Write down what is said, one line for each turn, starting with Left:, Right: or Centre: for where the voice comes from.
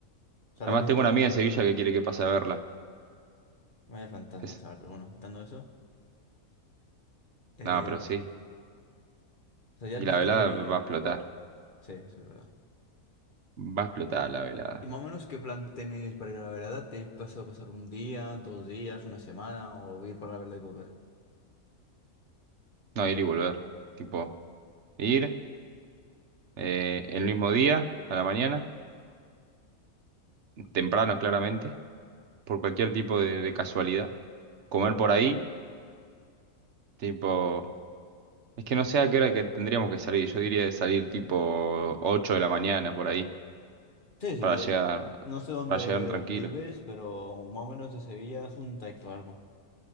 Left: sea,
Right: Además
Left: ¿la has visitado
Right: tengo una
Left: ya?
Right: amiga de Sevilla que quiere que pase a verla.
Left: Vaya fantasma,
Right: Es,
Left: chaval, pero bueno, quitando eso. Eh,
Right: no, pero sí.
Left: o sea, ya has
Right: Y
Left: visitado
Right: la velada
Left: Sevilla.
Right: va a explotar.
Left: Sí, eso es verdad.
Right: Va a explotar la velada.
Left: ¿Y más o menos qué plan tenéis para ir a la verada? ¿Te pasado pasar un día, dos días, una semana o ir para la vereda y volver?
Right: No, ir y volver. Tipo, ir eh, el mismo día, a la mañana, temprano claramente, por cualquier tipo de de casualidad. Comer por ahí, tipo... Es que no sé a qué hora que tendríamos que salir. Yo diría de salir tipo 8 de la mañana por ahí,
Left: Sí, sí,
Right: para
Left: que
Right: llegar,
Left: no sé dónde
Right: para llegar tranquilo.
Left: vives, pero más o menos de Sevilla es un trayecto largo.